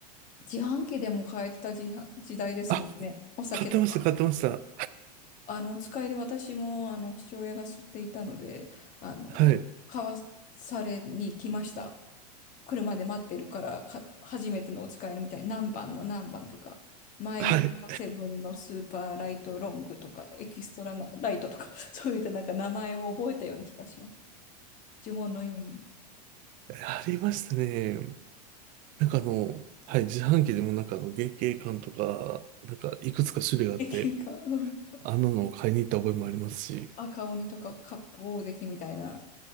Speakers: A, on the left (about 35°); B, on the right (about 40°).
A: 自販機でも買えてた時は、時代ですもんね。
B: <laughs> あ、
A: お酒と
B: 買ってました、買ってました。
A: あの、お使いで私も、あの、父親が吸っていたので、あの、
B: はい。
A: 買わされに来ました。車で待ってるから、か、初めてのお使いみたいに、何番の何番とか、マイドセブンのスーパーライトロングとか、
B: はい。
A: エキストラなライトとか、<laughs> そういったなんか名前を覚えたような気がします。呪文のように。
B: ありましたね。なんかあの、はい、自販機でもなんかあの、月桂冠とか、なんかいくつか種類があって、
A: 駅が、<laughs> うん
B: あんなのを買いに行った覚えもありますし、
A: 赤鬼とかカップ大関みたいな。